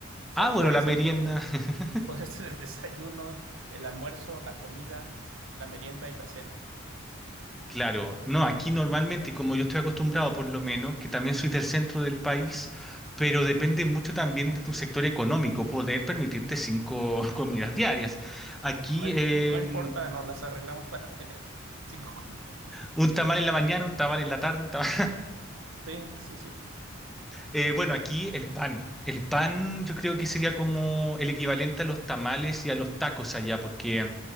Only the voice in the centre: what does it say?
Ah, bueno,
la
merienda. <laughs>
Claro, no, aquí normalmente, y como yo estoy acostumbrado por lo menos, que también soy del centro del país, pero depende mucho también de tu sector económico, poder permitirte cinco <laughs> comidas diarias. Aquí
eh,
un tamal en la mañana, un tamal en la tarde, un tamal
Eh, bueno, aquí el pan. El pan yo creo que sería como el equivalente a los tamales y a los tacos allá, porque